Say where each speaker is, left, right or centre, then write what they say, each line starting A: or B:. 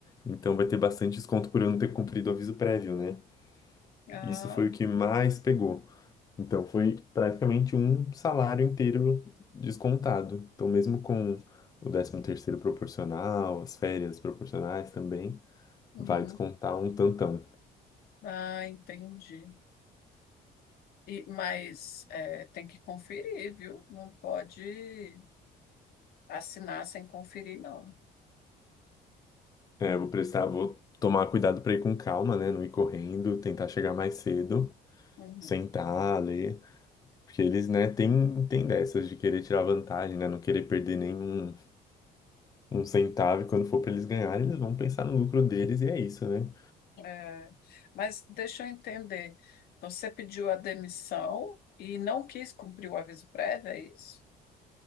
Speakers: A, on the left (about 20°); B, on the left (about 65°).
A: então vai ter bastante desconto por eu não ter cumprido o aviso prévio, né?
B: Ah,
A: Isso foi o que mais pegou. Então foi praticamente um salário inteiro descontado. Então mesmo com o décimo terceiro proporcional, as férias proporcionais também,
B: uhum.
A: vai descontar um tantão.
B: Ah, entendi. E, mas é, tem que conferir, viu? Não pode assinar sem conferir, não.
A: É, eu vou prestar, vou tomar cuidado pra ir com calma, né? Não ir correndo, tentar chegar mais cedo,
B: Uhum.
A: sentar, ler. Porque eles, né, tem, tem dessas de querer tirar vantagem, né? Não querer perder nenhum um centavo. E quando for pra eles ganharem, eles vão pensar no lucro deles e é isso, né?
B: É, mas deixa eu entender. Você pediu a demissão e não quis cumprir o aviso prévio, é isso?